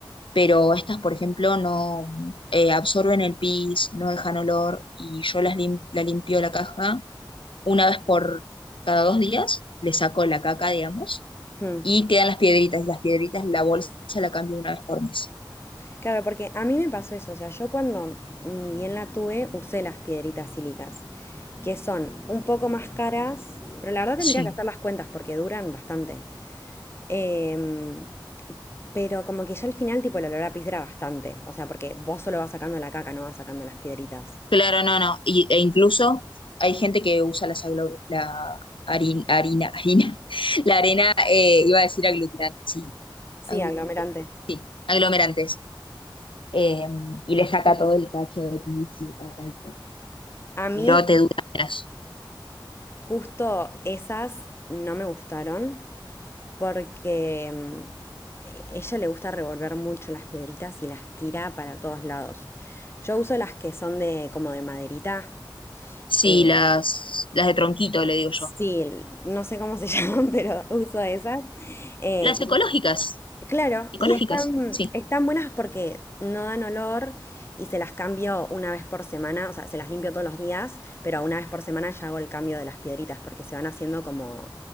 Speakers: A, on the left; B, on the left.
A: pero estas, por ejemplo, no eh, absorben el pis, no dejan olor, y yo las lim- la limpio la caja una vez por cada dos días, le saco la caca, digamos,
B: mm.
A: y quedan las piedritas, y las piedritas, la bolsa la cambio una vez por mes.
B: Claro, porque a mí me pasó eso, o sea, yo cuando ni bien la tuve, usé las piedritas sílicas, que son un poco más caras, pero la verdad tendría
A: Sí,
B: que hacer las cuentas porque duran bastante. Em, pero como que ya al final, tipo, el olor a pis era bastante, o sea, porque vos solo vas sacando la caca, no vas sacando las piedritas.
A: claro, no, no, y- e incluso hay gente que usa la, saglo- la harin- harina, harina, <laughs> la arena, eh, iba a decir aglutinante, sí,
B: Sí,
A: aglu-
B: aglomerante.
A: sí, aglomerantes, eh, y le saca
B: Sí.
A: todo el cacho de aquí, sí, acá y todo.
B: A mí
A: Pero te duras.
B: justo esas no me gustaron. porque mm, ella le gusta revolver mucho las piedritas y las tira para todos lados. Yo uso las que son de como de maderita.
A: Sí,
B: eh,
A: las, las de tronquito, le digo
B: sí,
A: yo.
B: no sé cómo se <laughs> llaman, pero uso esas. eh,
A: Las
B: y,
A: ecológicas,
B: claro,
A: ecológicas,
B: y están,
A: sí.
B: están buenas porque no dan olor y se las cambio una vez por semana, o sea, se las limpio todos los días, pero una vez por semana ya hago el cambio de las piedritas porque se van haciendo como,